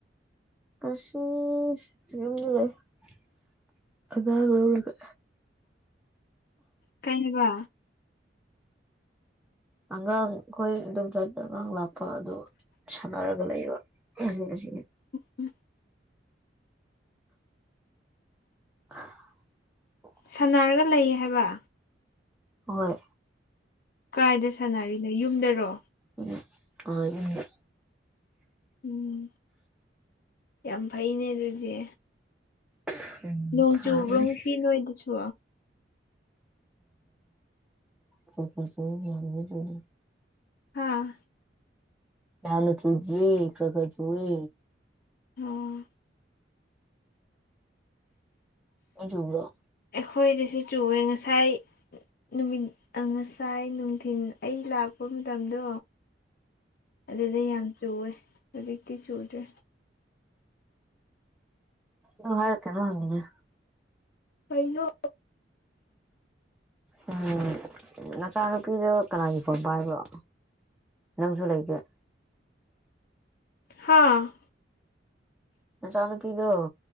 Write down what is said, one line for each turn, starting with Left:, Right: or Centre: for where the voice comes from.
Centre: ꯑ <unintelligible> ꯑꯉꯥꯡ ꯂꯧꯔꯒ
Left: ꯀꯩꯅꯤꯕ
Centre: ꯑꯉꯥꯡ ꯑꯩꯈꯣꯏ ꯏꯗꫭꯝ ꯆꯥꯏꯗ ꯑꯉꯥꯡ ꯂꯥꯛꯄ ꯑꯗꯨ ꯁꯅꯔꯒ ꯂꯩꯕ ꯎꯝ ꯉꯁꯤꯒꯤ
Left: ꯎꯝ ꯎꯝ <unintelligible>
Centre: <unintelligible>
Left: ꯁꯥꯟꯅꯔꯒ ꯂꯩꯌꯦ ꯍꯥꯏꯕ
Centre: ꯍꯣꯏ
Left: ꯀꯥꯏꯗ ꯁꯥꯟꯅꯔꯤꯅꯣ ꯌꯨꯝꯗꯔꯣ
Centre: <unintelligible>
Left: ꯎꯝ ꯌꯥꯝ ꯐꯩꯅꯦ ꯑꯗꯨꯗꯤ
Centre: <unintelligible>
Left: ꯅꯣꯡ
Centre: ꯐꯥꯕꯅꯦ
Left: ꯆꯨꯕ꯭ꯔꯣ ꯉꯁꯤ ꯅꯣꯏꯗꯁꯨ
Centre: ꯑꯣ ꯈꯁꯨꯔꯤ <unintelligible>
Left: ꯍꯥꯥ
Centre: ꯌꯥꯝꯅ ꯆꯨꯗꯔꯤ ꯈꯔ ꯈꯔꯆꯨꯋ‌ꯦ
Left: ꯑꯣ
Centre: ꯅꫭꯏ ꯆꯨꯕꯔꫭ
Left: ꯑꯩꯈꯣꯏꯗꯁꯨ ꯆꯨꯨꯋ‌ꯦ ꯉꯁꯥꯏ ꯅꯨꯃꯤꯠ ꯑꯥ ꯉꯁꯥꯏ ꯅꯨꯡꯊꯤꯟ ꯑꯩ ꯂꯥꯛꯄ ꯃꯇꯝꯗꯣ ꯑꯗꯨꯗꯤ ꯌꯥꯝ ꯆꯨꯋꯦ ꯍꯧꯖꯤꯛꯇꯤ ꯆꯨꯗ꯭ꯔꯦ
Centre: ꯑꯗꯨ ꯍꯥꯏꯔ ꯀꯩꯅꯣꯝ ꯍꯪꯒ‌ꯦꯅ‌ꯦ
Left: ꯀꯩꯅꯣ
Centre: ꯎꯝ ꯅꯆꯥꯅꯨꯄꯤꯗꯣ ꯀꯅꯥꯒꯤ ꯐꯣꯟ ꯄꯥꯏꯕ꯭ꯔꯣ ꯅꯪꯁꯨ ꯂꯩꯇꯦ
Left: ꯍꯥꯥ
Centre: ꯅꯆꯥ ꯅꯨꯄꯤꯗꯣ